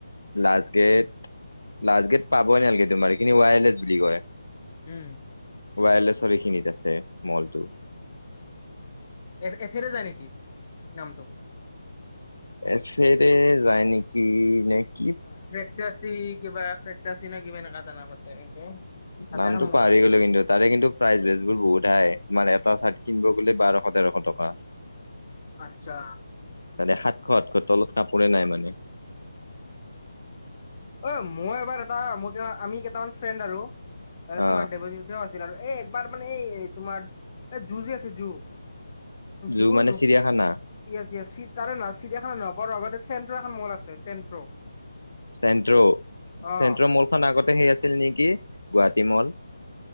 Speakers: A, on the left; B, on the left.
A: লাষ্ট গেট লাষ্ট গেট পাবই ন নালাগে তোমাৰ এইখিনি ৱায়াৰলেছ বুলি কয়।
B: উম
A: ৱায়াৰলেছৰ এইখিনিত আছে মলটো
B: এফেৰে যায় নেকি নামটো
A: এফেৰে যায় নেকি নেক্স
B: ফে কিবা ফেকি নে কিবা এনেকা এটা নাম আছে <unintelligible> তাতে
A: নামতটো
B: এখন মল
A: পাহৰি
B: আছে
A: গ'লো
B: আৰু
A: কিন্তু তাৰে কিন্তু প্ৰাইজ বেচ বোৰ বহুত হাই <unintelligible> তোমাৰ এটা চাৰ্ট কিনব গোলে বাৰশ তেৰশ টকা
B: আচ্ছা
A: তে সাতশ আঠশ তলত কাপোৰে নাই মানে <unintelligible>
B: অ মই এবাৰ এটা মোৰ আমি কেইটামান ফ্ৰেণ্ড আৰু তাৰে
A: অ
B: তোমাৰ ডে বজি য আ <unintelligible> <unintelligible> ছিল আৰু এ একবাৰ মানে এই তোমাৰ এই জুজি আছে জু <unintelligible>
A: জু
B: জ
A: মানে
B: নব
A: চিৰিয়াখানা
B: জচি <unintelligible> তাৰে ন চিৰিয়াখানা নব লগতে চেন্ট্ৰ এখন মল আছে চেন্ট্ৰ' <unintelligible>
A: চেন্ট্ৰ
B: অ
A: চেণ্ট্ৰ মলখন আগতে সেই আছিল নেকি <unintelligible> গুৱাহাটী মল